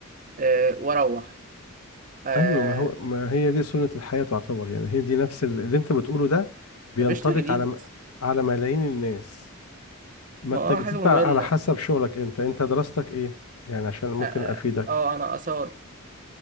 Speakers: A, on the right (about 35°); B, on the left (about 80°).
A: آه، واروح آه،
B: ايوه ما هو ما هي دي سنة الحياة تعتبر يعني هي دي نفس ال- اللي انت بتقوله ده بينطبق
A: مفيش تجديد
B: على م- على ملايين الناس ما
A: ما
B: التجديد
A: اه حاجة مملة
B: بقى على حسب شغلك انت انت دراستك ايه يعني عشان ممكن
A: اه آه،
B: افيدك
A: آه، انا اثار